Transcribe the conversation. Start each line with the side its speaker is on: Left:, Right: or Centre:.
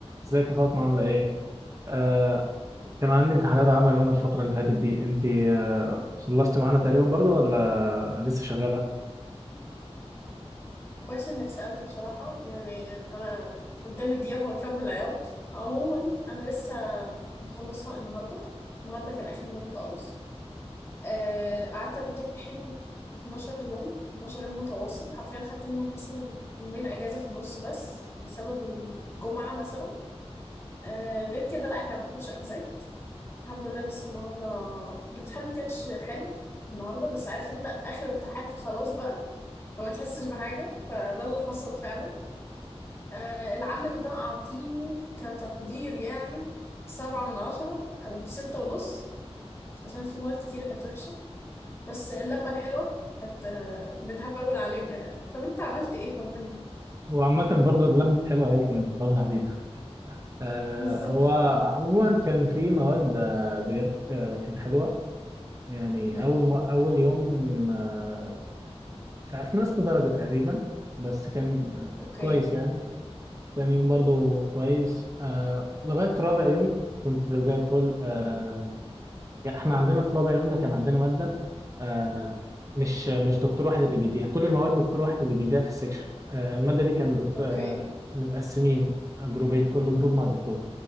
Right: ازيك يا فاطمة عاملة ايه؟ آه كان عندي امتحانات عمل انا الفترة اللي فاتت دي انت آه خلصتي معانا تقريبا برضو ولا لسه شغالة؟
Left: كويس انك سألت بصراحة يعني انا قدامي دقيقة وهكمل عياط عموما انا لسه مخلصة النهاردة النهاردة كان اخر يوم خالص آه، قعدت امتحن 12 يوم 12 يوم متواصل حرفيا خدت منهم مثلا يومين اجازة في النص بس بسبب الجمعة مثلا آه، غير كده لا احنا ما بناخدش اجازات الحمد لله لسه النهاردة الامتحان ما كانش حلو النهارده بس عارف انت اخر امتحان خلاص بقى ما بتحسش بحاجه فده اللي حصل فعلا آه، العملي ده أعطيه كتقدير يعني سبعة من عشرة أو ستة ونص عشان في مواد كتيرة كانت وحشة بس اللمة الحلوة كانت آه، بتهون علينا يعني طب أنت عملت إيه طمني
Right: وعامة برضو اللمة حلوة هي اللي كانت بتطول علينا آه
Left: <laughs> بالظبط
Right: هو
Left: أه
Right: عموما كان في مواد آه بجد آه كانت حلوة يعني
Left: مهم.
Right: أول ما أول يوم آه مش عارف نقصت درجة تقريبا بس كان آه
Left: أوكي
Right: كويس يعني تاني يوم برضو كويس آه لغاية رابع يوم كنت زي الفل آه
Left: مهم.
Right: يعني احنا عندنا في رابع يوم ده كان عندنا مادة آه، مش مش دكتور واحد اللي بيديها كل المواد دكتور واحد اللي بيديها في السكشن آه، المادة دي كان دكتور
Left: أوكي
Right: آه، متقسمين جروبين كل جروب مع دكتور